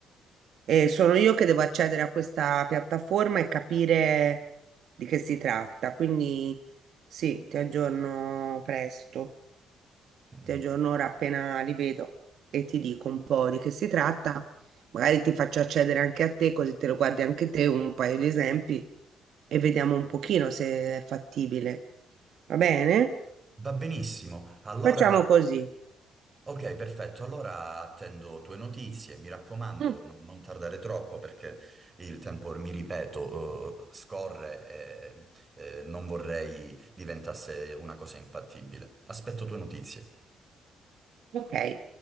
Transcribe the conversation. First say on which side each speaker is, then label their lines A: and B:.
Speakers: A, on the right (about 70°); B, on the right (about 30°).
A: E sono io che devo accedere a questa piattaforma e capire di che si tratta. Quindi sì, ti aggiorno presto.
B: Mm,
A: Ti aggiorno ora appena li vedo e ti dico un po' di che si tratta. Magari ti faccio accedere anche a te, così te lo guardi anche te, un paio di esempi e vediamo un pochino se è fattibile. Va bene?
B: Va benissimo, allora
A: Facciamo così.
B: Ok, perfetto. Allora attendo tue notizie. Mi raccomando,
A: Mm,
B: non non tardare troppo perché il tempo, mi ripeto, eh, scorre e eh, non vorrei diventasse una cosa infattibile. Aspetto tue notizie.
A: ok.